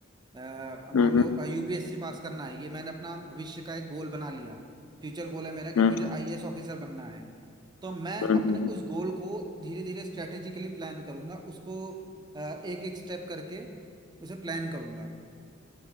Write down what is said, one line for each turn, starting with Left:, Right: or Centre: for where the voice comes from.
Right: अ, मान
Left: हम्म
Right: लो
Left: हम्म
Right: यूपीएससी पास करना है ये मैंने अपना भविष्य का एक गोल बना लिया फ्यूचर गोल है मेरा कि
Left: हम्म,
Right: मुझे आईएएस ऑफिसर बनना है तो मैं
Left: हम्म,
Right: अपने
Left: हम्म,
Right: उस गोल को धीरे धीरे स्ट्रेटेजिकली प्लान करूंगा उसको एक एक स्टेप करके उसे प्लान करूंगा